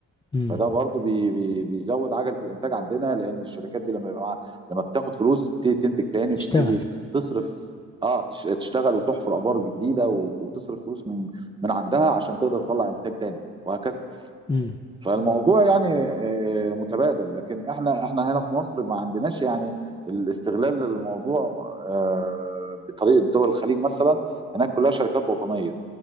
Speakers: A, on the left; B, on the right.
A: امم
B: فده برضو بي بي بيزود عجله الانتاج عندنا لان الشركات دي لما يبقى معاها لما بتاخد فلوس بتبتدي تنتج تاني
A: تشتغل
B: وبتبتدي تصرف اه تش- تشتغل وتحفر ابار جديده و- وتصرف فلوس من من عندها عشان تقدر تطلع انتاج تاني وهكذا
A: امم
B: فالموضوع يعني آه، متبادل لكن احنا احنا هنا في مصر ما عندناش يعني الاستغلال للموضوع آه، بطريقه دول الخليج مثلا هناك كلها شركات وطنيه